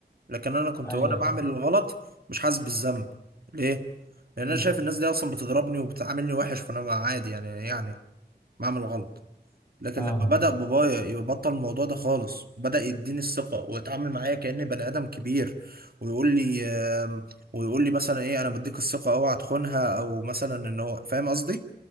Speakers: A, on the right; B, on the left.
A: لكن انا كنت
B: ايوه
A: وانا بعمل الغلط مش حاسس بالذنب ليه لان
B: مم.
A: انا شايف الناس دي اصلا بتضربني وبتعاملني وحش فانا ما- عادي يعني يعني بعمل غلط لكن
B: فاهم
A: لما بدأ بابايا يبطل الموضوع ده خالص وبدأ يديني الثقة ويتعامل معايا كأني بني آدم كبير ويقول لي آم، ويقول لي مثلا ايه انا مديك الثقة اوعى تخونها او مثلا ان هو فاهم قصدي